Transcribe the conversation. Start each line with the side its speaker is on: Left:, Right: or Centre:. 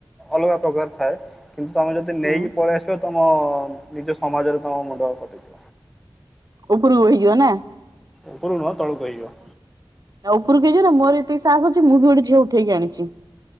Centre: ଅଲଗା ପ୍ରକାର୍ ଥାଏ। କିନ୍ତୁ ତମେ ଯଦି
Right: ହୁଁ
Centre: ନେଇକି ପଳେଇ ଆସିବ ତମ ନିଜ ସମାଜରେ ତମ ମୁଣ୍ଡ କଟିଯିଵ।
Right: ଉପରୁକୁ ହେଇଯିବ ନା।
Centre: ଉପରୁକୁ ନୁହଁ ତଳୁକୁ ହେଇଯିବ।
Right: ଆଉ ଉପରକୁ ହେଇଯିବ ନା ମୋର ଏତିକି ସାହସ ଅଛି ମୁଁ ବି ଗୋଟେ ଝିଅ ଉଠେଇକି ଆଣିଚି।